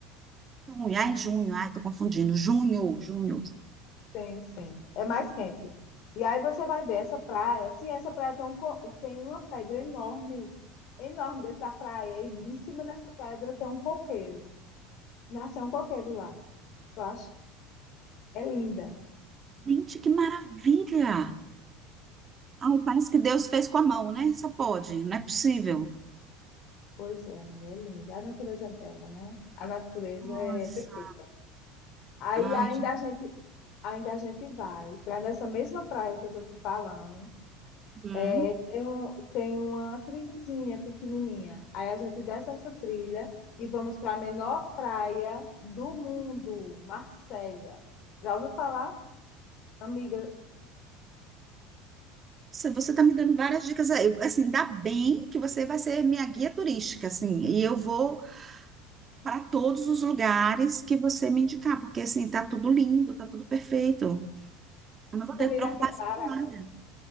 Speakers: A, on the right (about 30°); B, on the left (about 60°).
A: Junho, ai, junho, ai, tô confundindo. Junho, junho.
B: tem sim, é mais quente. E aí você vai ver essa praia. Sim, essa praia tem, um, co- tem uma pedra enorme, enorme dentro da praia. E em cima dessa pedra tem um coqueiro. Nasceu um coqueiro lá, eu acho. É linda.
A: Gente, que maravilha! Ai, parece que Deus fez com a mão, né? Só pode, não é possível.
B: Pois é, mulher é linda. A natureza é bela, né? A natureza
A: Nossa,
B: é perfeita. Aí
A: ai,
B: ainda
A: gente.
B: a gente, ainda a gente vai para nessa mesma praia que eu tô te falando.
A: hum.
B: É, tem, um, tem uma trilhazinha pequenininha. Aí a gente desce essa trilha e vamos para a menor praia do mundo, Marsella. Já ouviu falar? Amiga,
A: Nossa, Você tá me dando várias dicas aí. Assim, dá bem que você vai ser minha guia turística, assim, e eu vou para todos os lugares que você me indicar, porque assim, tá tudo lindo, tá tudo perfeito. Eu não vou ter
B: comida
A: preocupação
B: aqui é barata,
A: com nada.